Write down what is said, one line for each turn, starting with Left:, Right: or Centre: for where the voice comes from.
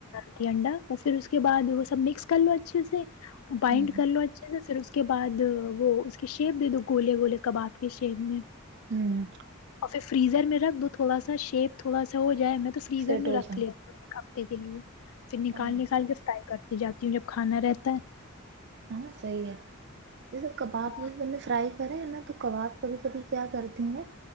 Left: تھی انڈا وہ پھر اس کے بعد وہ سب مکس کر لو اچھے سے بائنڈ
Right: ہوں
Left: کر لو آج پھر اس کے بعد وہ اس کی شیپ دے دو گوولے گولے کباب کے شیپ میں
Right: ہوں <inaudible>
Left: اور فریزر میں رکھ دو تھوڑا سا شیپ تھوڑا سا ہو جائے میں تو ادھر
Right: سیٹ
Left: میں
Right: ہو
Left: رکھ
Right: جاؤ
Left: لیتی کے لیے <inaudible> پھر نکال
Right: ہاں
Left: نکال کے فرائی کرتے جاتی ہوں جب کھانا رہتا ہے
Right: ہ صی ہے <inaudible> جیسے کباب جیسے
Left: ہاں
Right: نے فرائی کریں نا تو کباب کبھی کبھی کیا کرتی ہوں میں